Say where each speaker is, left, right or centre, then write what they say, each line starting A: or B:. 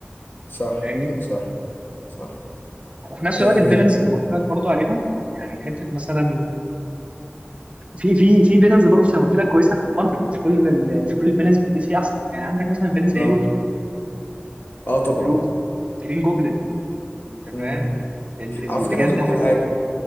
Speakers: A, on the left; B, on the right.
A: صح
B: فاهمني
A: صح صح
B: وفي نفس
A: آه
B: الوقت الفيلنز
A: كان-
B: زي ما قلت لك برضو عليهم يعني حته مثلا في في في فيلنز برضو زي ما قلت لك كويسه في مارفل مش كل ال- مش كل الفيلنز في دي سي احسن يعني عندك مثلا فيلنز زي
A: اه
B: لوكي
A: اه طبعا
B: لوكي جرين جوبلن انت فاهم
A: امم
B: ال... ال...
A: على فكره
B: بجد
A: أنا عايز اقول
B: حاجه
A: لك على حاجه